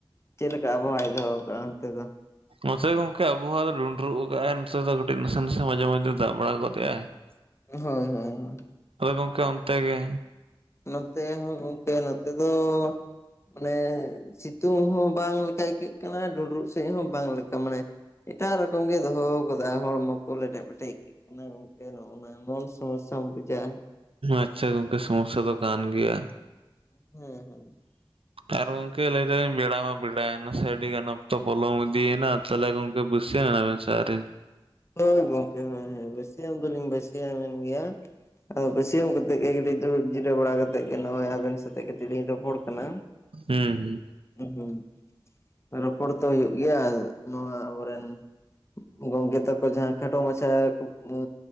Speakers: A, on the left (about 30°); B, on the right (about 75°).
A: ᱪᱮᱫ ᱞᱮᱠᱟ ᱟᱵᱚᱦᱟᱣᱟ ᱫᱚᱦᱚ ᱠᱟᱜᱟ ᱚᱱᱛᱮ ᱫᱚ?
B: ᱱᱚᱛᱮ ᱜᱚᱝᱠᱮ ᱟᱵᱚᱦᱟᱣᱟ ᱫᱚ ᱰᱩᱱᱰᱨᱩᱜ ᱠᱟᱜᱟᱭ ᱱᱚᱛᱮ ᱫᱚ ᱠᱟᱹᱴᱤᱡ ᱱᱟᱥᱮ ᱱᱟᱥᱮ ᱢᱟᱡᱷᱮ ᱢᱚᱡᱫᱷᱮ ᱫᱟᱜ ᱵᱟᱲᱟ ᱜᱚᱫ ᱮᱜᱟᱭ᱾ <inaudible> <inaudible>
A: ᱦᱳᱭ, ᱦᱳᱭ, ᱦᱳᱭ᱾
B: ᱦᱳᱭ ᱜᱚᱝᱠᱮ ᱚᱱᱛᱮ ᱜᱮ?
A: ᱱᱚᱛᱮ ᱦᱚᱸ ᱜᱚᱝᱠᱮ ᱱᱚᱛᱮ ᱫᱚ ᱢᱟᱱᱮ ᱥᱤᱛᱩᱝ ᱦᱚᱸ ᱵᱟᱝ ᱞᱮᱠᱟ ᱟᱹᱭᱠᱟᱹᱜ ᱠᱟᱱᱟ, ᱰᱩᱸᱰᱨᱩᱜ ᱥᱮᱜ ᱦᱚᱸ ᱵᱟᱝ ᱞᱮᱠᱟ, ᱢᱟᱱᱮ ᱮᱴᱟᱜ ᱨᱚᱠᱚᱢ ᱜᱮ ᱫᱚᱦᱚ ᱠᱟᱫᱟ, ᱦᱚᱲᱢᱚ ᱠᱚ ᱞᱮᱴᱮᱜ ᱯᱮᱴᱮᱜ, ᱟᱹᱭᱠᱟᱹᱜ ᱠᱟᱱᱟ ᱜᱚᱝᱠᱮ ᱱᱚ <unintelligible> ᱚᱱ ᱮᱢᱚᱱ ᱥᱚᱢᱚᱥᱥᱟᱢ ᱵᱩᱡᱟ
B: ᱟᱪᱪᱷᱟ ᱜᱚᱝᱠᱮ ᱥᱚᱢᱚᱥᱥᱟ ᱫᱚ ᱠᱟᱱ ᱜᱮᱭᱟ᱾
A: ᱦᱮᱸ ᱦᱮᱸ᱾
B: ᱟᱨ ᱜᱚᱝᱠᱮ ᱞᱟᱹᱭ ᱫᱟᱹᱧ ᱵᱮᱲᱟ ᱢᱟ ᱵᱮᱲᱟᱭᱮᱱᱟ, ᱥᱮ ᱟᱹᱰᱤ ᱜᱟᱱ ᱚᱠᱛᱚ ᱯᱚᱞᱚᱢ ᱤᱫᱤᱭᱮᱱᱟ, ᱛᱟᱦᱚᱞᱮ ᱜᱚᱝ ᱠᱮ ᱵᱟᱹᱥᱭᱟᱹᱢᱮᱱᱟ ᱵᱮᱱ ᱥᱮ ᱟᱹᱣᱨᱤ?
A: ᱦᱳᱭ ᱜᱚᱝᱠᱮ ᱦᱳᱭ ᱦᱳᱭ, ᱵᱟᱹᱥᱭᱟᱹᱢ ᱫᱩᱞᱤᱧ ᱵᱟᱹᱥᱭᱟᱹᱢᱮᱱ ᱜᱮᱭᱟ᱾ ᱟᱫᱚ ᱵᱟᱹᱥᱭᱟᱹᱢ ᱠᱟᱛᱮᱜ ᱜᱮ, ᱠᱟᱹᱴᱤᱡ ᱫᱩᱲᱩᱵ ᱡᱤᱨᱟᱹᱣ ᱵᱟᱲᱟ ᱠᱟᱛᱮᱜ ᱜᱮ, ᱱᱚᱜ-ᱚᱭ ᱟᱵᱮᱱ ᱥᱟᱛᱮ ᱠᱟᱹᱴᱤᱡ ᱞᱤᱧ ᱨᱚᱯᱚᱲ ᱠᱟᱱᱟ᱾
B: ᱦᱩᱸ ᱦᱩᱸ᱾
A: ᱦᱩᱸ ᱦᱩᱸ, ᱨᱚᱯᱚᱲ ᱛᱚ ᱦᱳᱭᱳᱜ ᱜᱮᱭᱟ ᱱᱚᱣᱟ ᱟᱵᱚᱨᱮᱱ? ᱜᱚᱝᱠᱮ ᱛᱟᱠᱚ ᱡᱟᱦᱟᱸ ᱠᱷᱟᱴᱚ ᱢᱟᱪᱷᱟ ᱠᱩᱠᱢᱩ